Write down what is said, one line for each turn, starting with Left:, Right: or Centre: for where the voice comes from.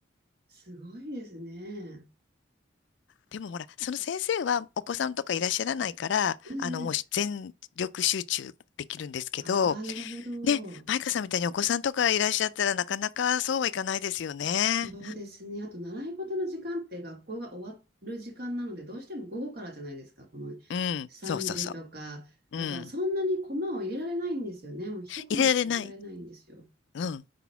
Right: すごいですね。
Left: でもほら、その先生はお子さんとかいらっしゃらないから、
Right: うんうん。
Left: あの、もう全力集中できるんですけど、
Right: ああ、なるほど。
Left: ね、マイカさんみたいにお子さんとかいらっしゃったらなかなかそうはいかないですよね。
Right: そうですね。あと、習い事の時間って学校が終わる時間なので、どうしても午後からじゃないですか。この
Left: うん、
Right: 3時とか。
Left: そうそうそう。
Right: だから、
Left: うん。
Right: そんなにコマを入れられないんですよね。もう一コマしか入れられないんですよ。
Left: 入れられない。うん。